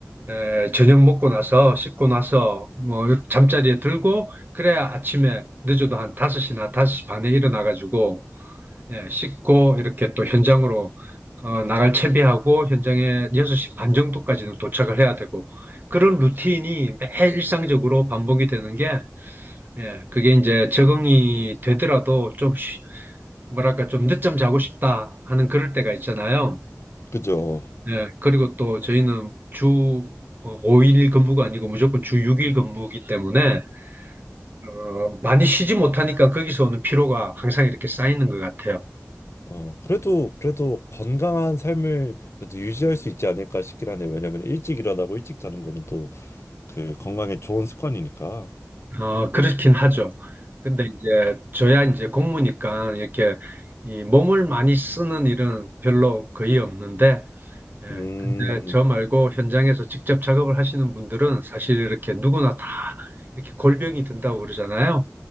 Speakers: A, on the right; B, on the left.
A: 에, 저녁 먹고 나서 씻고 나서 뭐 잠자리에 들고 그래야 아침에 늦어도 한 5시나 5시 반에 일어나 가지고 예, 씻고 이렇게 또 현장으로 어, 나갈 채비하고 현장에 여섯 시 반 정도까지는 도착을 해야 되고 그런 루틴이 매일 일상적으로 반복이 되는 게 예, 그게 이제 적응이 되더라도 좀, 쉬- 뭐랄까, 좀 늦잠 자고 싶다 하는 그럴 때가 있잖아요.
B: 그죠.
A: 예, 그리고 또 저희는 주 5일 근무가 아니고 무조건 주 6일 근무이기 때문에, 어, 많이 쉬지 못하니까 거기서 오는 피로가 항상 이렇게 쌓이는 것 같아요.
B: 어, 그래도, 그래도 건강한 삶을 그래도 유지할 수 있지 않을까 싶긴 하네. 왜냐면 일찍 일어나고 일찍 자는 거는 또 그 건강에 좋은 습관이니까.
A: 어, 그렇긴 하죠. 근데 이제 저야 이제 공무니까 이렇게 이 몸을 많이 쓰는 일은 별로 거의 없는데, 예,
B: 음,
A: 근데 저 말고 현장에서 직접 작업을 하시는 분들은 사실 이렇게 누구나 다 이렇게 골병이 든다고 그러잖아요.